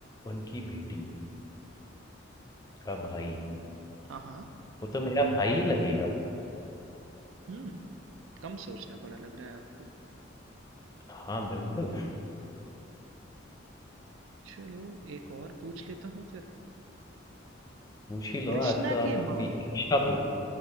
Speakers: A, on the left (about 20°); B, on the right (about 80°).
A: उनकी बेटी का भाई,
B: हाँ, हाँ।
A: वो तो मेरा भाई ही लगेगा।
B: हम्म कम सोचना पड़ा लग रहा है आपको
A: हाँ, बिल्कुल,
B: चलो एक और पूछ लेता हूँ फिर
A: पूछ ही लो
B: कृष्णा
A: आज तो
B: की
A: आप अपनी
B: माँ
A: इच्छा पूरी